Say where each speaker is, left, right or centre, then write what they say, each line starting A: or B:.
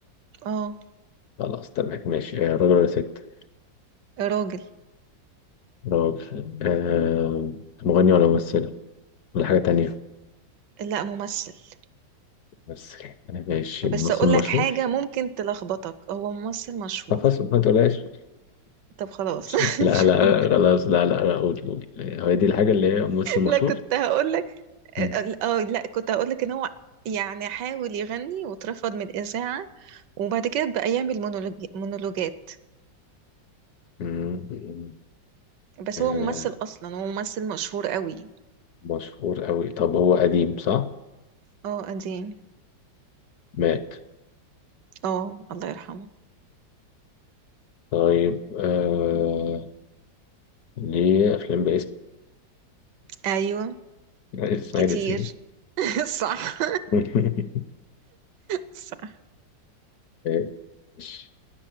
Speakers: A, on the right (about 75°); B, on the left (about 65°).
A: اه
B: خلاص تمام ماشي آه، راجل ولا ست
A: راجل
B: راجل أه مغني ولا ممثل ولا حاجة تانية
A: لا ممثل
B: بس يعني ماشي الممثل
A: بس اقول
B: مشهور
A: لك حاجة ممكن تلخبطك هو ممثل مشهور
B: طب خلاص ما تقولهاش
A: طب خلاص
B: لا لا
A: <laughs>
B: خلاص لا لا لا قولي قولي هو دي الحاجة اللي هي ممثل مشهور
A: لا كنت هقول لك
B: مم.
A: اه آه، لا كنت هقول لك ان هو يعني حاول يغني واترفض من الإذاعة وبعد كده بقى يعمل مونولوج- مونولوجات
B: مم.
A: بس
B: آه
A: هو ممثل أصلا هو ممثل مشهور قوي
B: مشهور قوي طب هو قديم صح؟
A: اه قديم
B: مات
A: اه الله يرحمه
B: طيب آه ليه أفلام باسم
A: ايوه
B: إسماعيل
A: كتير
B: ياسين
A: <laughs> صح
B: <laughs>
A: صح
B: آه، مش-